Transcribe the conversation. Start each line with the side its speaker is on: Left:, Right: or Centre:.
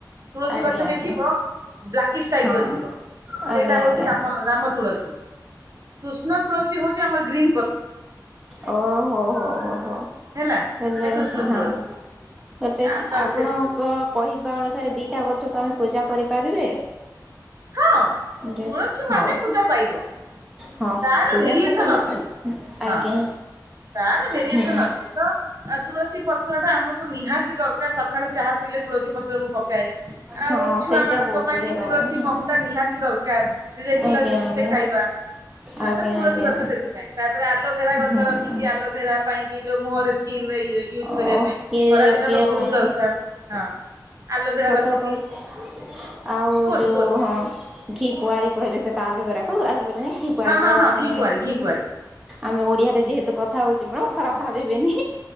Right: ତୁଳସୀ
Centre: ଆଜ୍ଞା
Right: ଗଛ
Centre: ଆଜ୍ଞା
Right: ଦେଖିବ ବ୍ଲାକିସ୍ ଟାଇପ
Centre: ହଁ
Right: ର ଥିବ
Centre: ଆଜ୍ଞା
Right: ସେଇଟା ହଉଛି
Centre: ଆଜ୍ଞା
Right: ର ରାମ ତୁଳସୀ। କୃଷ୍ଣ ତୁଳସୀ <inaudible> ଆମର ଗ୍ରୀ
Centre: ଓ ହୋ ହୋ ହୋ ହୋ।
Right: ହେଲା
Centre: ହେଲେ
Right: ହେ କୃଷ୍ଣ
Centre: ହଁ
Right: ତୁଳସୀ
Centre: ହେବେ
Right: ଆଁ ତ
Centre: ଆପଣଙ୍କ
Right: ସେ
Centre: କହିବା ଅନୁସାରେ ଦିଟା ପା ଗଛକୁ ଆମେ ପୂଜା କରିପାରିବେ?
Right: ହଁ
Centre: ଯେ
Right: ତୁଳସୀ
Centre: ହଉ
Right: ମାନେ ପୂଜା ପାଇବ।
Centre: ହଁ
Right: ତାର
Centre: ପୂଜା
Right: ଭେରିଏସନ
Centre: ତ କରିବା
Right: ଅଛି।
Centre: କ ଆଜ୍ଞା
Right: ହଁ ତାର ଭେରିଏସନ
Centre: ହୁଁ।
Right: ଅଛି। ତ ତୁଳସୀ ପତ୍ର ଟା ଆମ ନିହାତି ଦରକାର ସକାଳେ ଚାହା ପିଇଲେ ତୁଳସୀ ପତ୍ର ମୁଁ ପ ଏ ଆଉ
Centre: ହଁ
Right: ଛୁଆ
Centre: ସେଇଟା
Right: ମାନଙ୍କ
Centre: ବହୁତ
Right: ପାଇଁ
Centre: ବଢିଆ
Right: କି
Centre: ଲାଗେ
Right: ତୁଳସୀ
Centre: ହଁ
Right: ମହୁ ା ନିହାତି ଦରକାର ରେଗୁଲାର
Centre: ଆଜ୍ଞା
Right: ବସିସ
Centre: ଆଜ୍ଞା।
Right: ଖାଇବା
Centre: ଆଜ୍ଞା
Right: ତ ତୁଳସୀ
Centre: ଆଜ୍ଞା
Right: ଗଛ ସେଥିପାଇଁ ତାପରେ ଆଲୋଭେରା ଗଛ
Centre: ହୁଁ
Right: ରଖିଛି ଆଲୋଭେରା ପାଇଁ କି ଯୋଉ ମୁହରେ ସ୍କିନ ରେ ୟୁଜ୍ କରିବା
Centre: ହଁ
Right: ପାଇଁ
Centre: ସ୍କିଲ୍
Right: ଥରା
Centre: ଲଗେଇବା
Right: ଦିନ ତ ବହୁତ
Centre: ପାଇଁ
Right: ଦରକାର ହଁ ଆଲୋଭେରା ରଖିଛି
Centre: ର କରୁଛି ଆଉ
Right: କୁହନ୍ତୁ
Centre: ଯେଉଁ
Right: କୁହନ୍ତୁ
Centre: ହଁ ଘି କୁଆରୀ କହିବେ ସେଟା ଆଲୋବେରା କୁ ଆଲୁବେରା
Right: ହଁ
Centre: ଠହ
Right: ହଁ ହଁ
Centre: ଆମେ
Right: ଘି କୁଆଁରି ଘି କୁଆଁରି
Centre: ଆମେ ଓଡିଆ
Right: ହୁଁ।
Centre: ଯେହେତୁ କଥା ହଛି ମୁ ଖରାପ ଭାବିବେନି